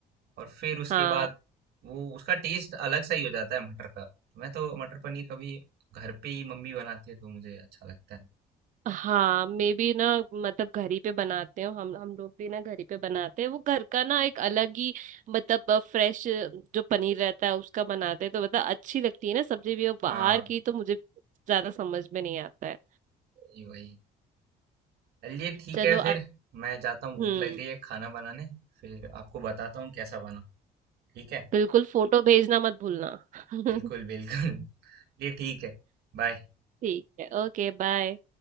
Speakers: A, on the right; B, on the right.
A: और फिर उसके
B: हाँ
A: बाद वो उसका टेस्ट अलग सा ही हो जाता है मटर का मैं तो मटर पनीर कभी घर पे ही मम्मी बनाती है तो मुझे अच्छा लगता है
B: हाँ मे बी ना मतलब घर ही पे बनाते हो हम हम लोग भी ना घर ही पे बनाते हैं वो घर का ना एक अलग ही मतलब फ्रेश जो पनीर रहता है उसका बनाते हैं तो मतलब अच्छी लगती है ना सब्जी भी और बाहर
A: हाँ
B: की तो मुझे ज्यादा समझ में नहीं आता है
A: ये वही चलिए ठीक
B: चलो
A: है फिर
B: अब
A: मैं जाता हूँ
B: हम्म
A: भूख लग रही है खाना बनाने फिर आपको बताता हूँ कैसा बना ठीक है
B: बिल्कुल फोटो भेजना मत भूलना <laughs>
A: बिल्कुल बिल्कुल <laughs> ये ठीक है बाय
B: ठीक है ओके बाय